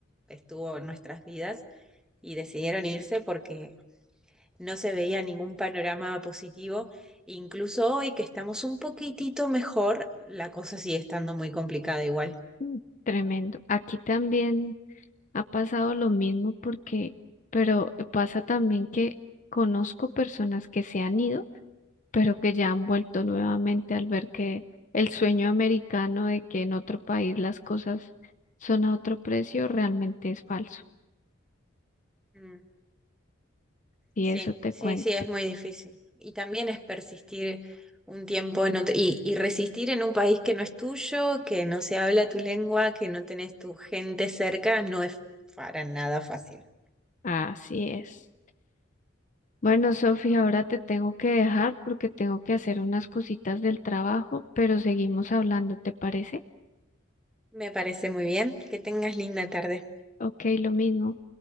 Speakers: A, in the centre; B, on the left.
A: estuvo en nuestras vidas y decidieron irse porque no se veía ningún panorama positivo. Incluso hoy que estamos un poquitito mejor, la cosa sigue estando muy complicada igual.
B: Mm, Tremendo. Aquí también ha pasado lo mismo porque, pero pasa también que conozco personas que se han ido, pero que ya han vuelto nuevamente al ver que el sueño americano de que en otro país las cosas son a otro precio realmente es falso.
A: Mm,
B: Y
A: Sí,
B: eso te
A: sí,
B: cuento.
A: sí, es muy difícil. Y también es persistir un tiempo en otro- y, y resistir en un país que no es tuyo, que no se habla tu lengua, que no tenés tu gente cerca, no es para nada fácil.
B: Así es. Bueno, Sofía, ahora te tengo que dejar porque tengo que hacer unas cositas del trabajo, pero seguimos hablando, ¿te parece?
A: Me parece muy bien. Que tengas linda tarde.
B: Ok, lo mismo.